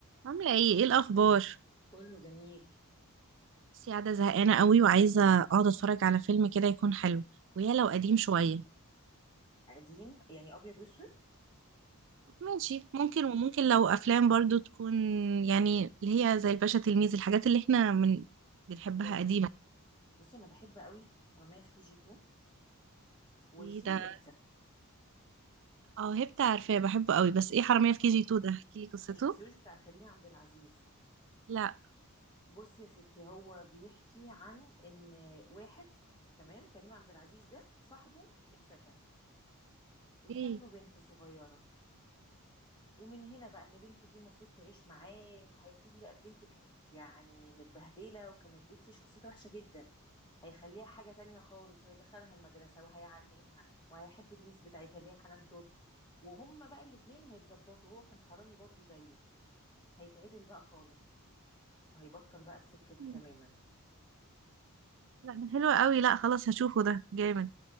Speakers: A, on the right; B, on the left.
A: عاملة ايه ايه الأخبار؟
B: كله جميل
A: بس قاعدة زهقانة قوي وعايزة اقعد اتفرج على فيلم كده يكون حلو ويا لو
B: اوكي
A: قديم شوية
B: قديم يعني ابيض واسود
A: ماشي ممكن وممكن لو أفلام برضو تكون يعني اللي هي زي الباشا تلميذ الحاجات اللي احنا من بنحبها
B: بن...
A: قديمة
B: بصي انا بحب قوي حرامية في كي جي 2 وفي
A: ايه ده
B: هبتة
A: اه هبت عارفاه بحبه قوي بس ايه حرامية في كي
B: آه،
A: جي 2 ده احكي لي قصته
B: ما شفتوش بتاع كريم عبد العزيز
A: لا
B: بصي يا ستي هو بيحكي عن ان واحد تمام كريم عبد العزيز ده صاحبه اتسجن وساب
A: ايه
B: له بنته صغيرة ومن هنا بقى ان بنته دي المفروض تعيش معاه وهيبتدي بقى البنت كانت يعني متبهدلة وكانت بصي شخصيتها وحشة جدا هيخليها حاجة تانية خالص وهيدخلها المدرسة وهيعلمها وهيحب الميس بتاعتها اللي هي حنان ترك وهما بقى الاتنين هيتظبطوا هو كان حرامي برضو زيه هيتعدل بقى خالص وهيبطل بقى السكة
A: حرامية.
B: دي تماما
A: لا ده حلو قوي لا خلاص هشوفه ده جامد